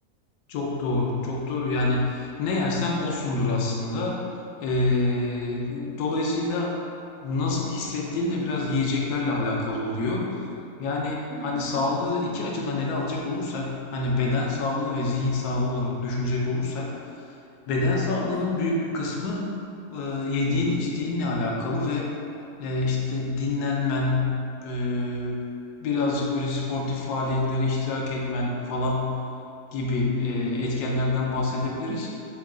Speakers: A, on the left; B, on the right.
A: Çok doğru, çok doğru. Yani ne yersen osundur aslında. Ee, dolayısıyla nasıl hissettiğin de biraz yiyeceklerle alakalı oluyor. Yani
B: Hı hı,
A: hani sağlığı iki açıdan ele alacak olursak, hani beden sağlığı ve zihin sağlığı olarak düşünecek olursak, beden
B: evet.
A: sağlığının büyük bir kısmı e, yediğin, içtiğinle alakalı ve e, işte dinlenmen, e, birazcık böyle sportif faaliyetlere iştirak etmen falan gibi
B: Hı hı.
A: e, etkenlerden bahsedebiliriz.